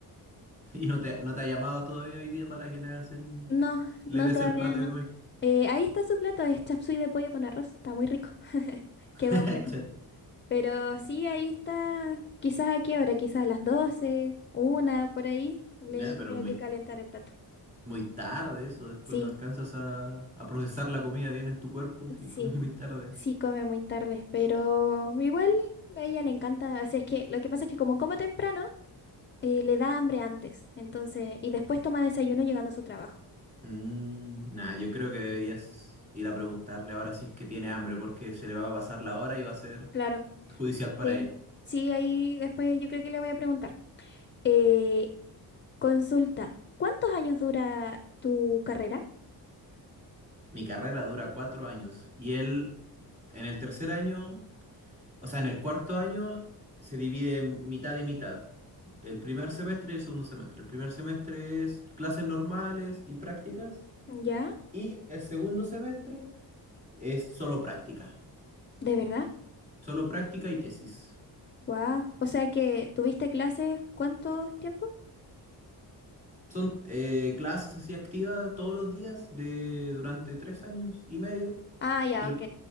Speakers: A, on the right; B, on the left.
A: <laughs> ¿Y no te, no te ha llamado todavía hoy día para que le hagas el,
B: No,
A: le
B: no,
A: des
B: todavía
A: el plato
B: no.
A: de comer?
B: Eh, ahí está su plato, es chapsui de pollo con arroz, está muy rico. <laughs>
A: <laughs>
B: Quedó bueno.
A: Che.
B: Pero sí, ahí está. Quizás a qué hora, quizás a las 12 una, por ahí. Le
A: Ya, pero
B: tengo
A: es muy,
B: que calentar el plato.
A: muy tarde eso, después
B: Sí,
A: no alcanzas a, a procesar la comida bien en tu cuerpo si
B: sí,
A: comes muy tarde.
B: sí come muy tarde, pero igual a ella le encanta. O sea, es que lo que pasa es que como come temprano, eh, le da hambre antes. Entonces, y después toma desayuno llegando a su trabajo.
A: Mm, nah, yo creo que deberías ir a preguntarle ahora si es que tiene hambre, porque se le va a pasar la hora y va a ser
B: Claro,
A: perjudicial para
B: sí.
A: ella.
B: Sí, ahí después yo creo que le voy a preguntar. Eh, consulta, ¿cuántos años dura tu carrera?
A: Mi carrera dura cuatro años y él en el tercer año, o sea, en el cuarto año se divide en mitad y mitad. El primer semestre y el segundo semestre. El primer semestre es clases normales y prácticas
B: ¿Ya?
A: y el segundo semestre es solo práctica.
B: ¿De verdad?
A: Solo práctica y tesis.
B: Guau. O sea que tuviste clases ¿cuántos tiempos?
A: Son eh, clases así activas todos los días de durante tres años y medio.
B: Ah, ya,
A: Y el-
B: ok.